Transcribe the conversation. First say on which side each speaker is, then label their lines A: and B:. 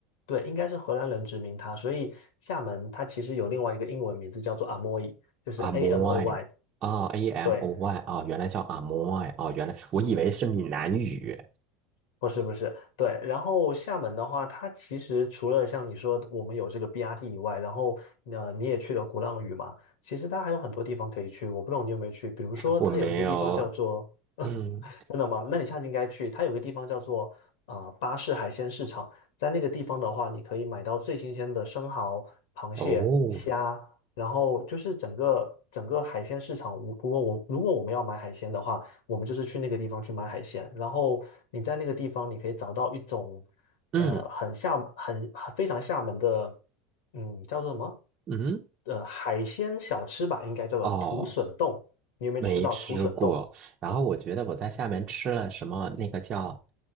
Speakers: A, on the left; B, on the right.
A: 对，应该是荷兰人殖民它，所以厦门它其实有另外一个英文名字叫做 Amoy，就是
B: 阿摩爱啊，A
A: A M O Y，
B: M
A: 对，
B: O Y 啊，原来叫阿摩爱哦，原来我以为是闽南语，
A: 不是不是，对。然后厦门的话，它其实除了像你说我们有这个 BRT 以外，然后呃你也去了鼓浪屿嘛，其实它还有很多地方可以去。我不懂你有没有去，比如说它有一个地方叫做，
B: 我没有，嗯，
A: <laughs> 真的吗？那你下次应该去。它有个地方叫做啊、呃巴士海鲜市场，在那个地方的话，你可以买到最新鲜的生蚝、螃蟹、
B: 哦，
A: 虾，然后就是整个整个海鲜市场。如如果我如果我们要买海鲜的话，我们就是去那个地方去买海鲜，然后你在那个地方你可以找到一种
B: 嗯
A: 呃很厦很非常厦门的，嗯，叫做什么？
B: 嗯，
A: 呃，海鲜小吃吧，应该叫做土笋冻。
B: 哦。
A: 你有没有吃到土笋冻、
B: 没吃过。然后我觉得我在厦门吃了什么，那个叫，